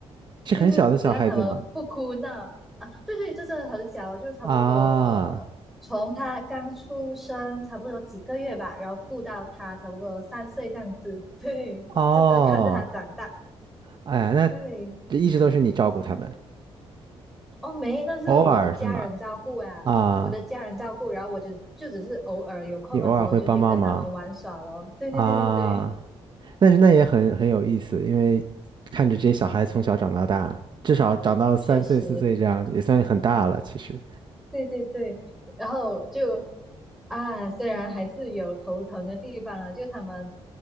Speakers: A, on the right; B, in the centre.
A: 是很小的小孩子吗？
B: 就是只要他们不哭闹啊，对对，这是很小，就差不多呃，
A: 啊，
B: 从他刚出生差不多几个月吧，然后顾到他差不多三岁这样子，对，
A: 哦，
B: 就这看着他长大，
A: 哎呀，那
B: 对，
A: 这一直都是你照顾他们，
B: 哦没，那是我的家人照顾啊，
A: 偶尔是吗？啊，
B: 我的家人照顾，然后我就就只是偶尔有空的时候就去跟他们玩耍咯，
A: 你偶尔会帮帮忙
B: 对对对对对，
A: 啊，但是那也很很有意思，因为看着这些小孩从小长到大，至少长到三岁四岁这样，
B: 确实，
A: 也算很大了，其实。
B: 对对对，然后就啊，虽然还是有头疼的地方啊，就他们